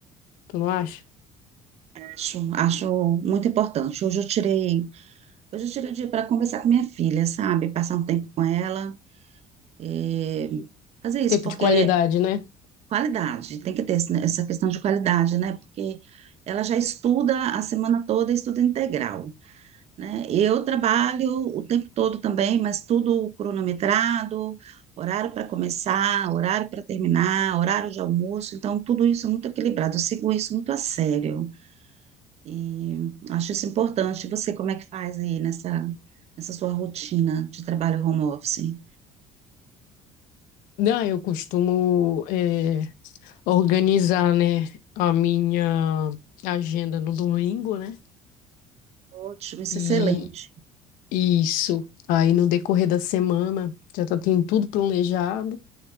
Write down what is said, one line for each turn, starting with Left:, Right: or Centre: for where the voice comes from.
Left: Tu não acha?
Right: Acho, acho muito importante. Hoje eu tirei Hoje eu tirei o dia para conversar com minha filha, sabe? Passar um tempo com ela, eh, fazer isso,
Left: Tempo
Right: porque
Left: de qualidade,
Right: é
Left: né?
Right: qualidade, tem que ter esse- né, essa questão de qualidade, né? Porque ela já estuda a semana toda, e estuda integral, né? Eu trabalho o tempo todo também, mas tudo cronometrado, horário para começar, horário para terminar, horário de almoço, então tudo isso é muito equilibrado, eu sigo isso muito a sério. E acho isso importante. E você, como é que faz aí nessa, nessa sua rotina de trabalho home office?
Left: Não, eu costumo eh, organizar, né, a minha agenda no domingo, né?
Right: Ótimo, isso
Left: E
Right: é excelente.
Left: Isso. Aí no decorrer da semana, já tá tendo tudo planejado.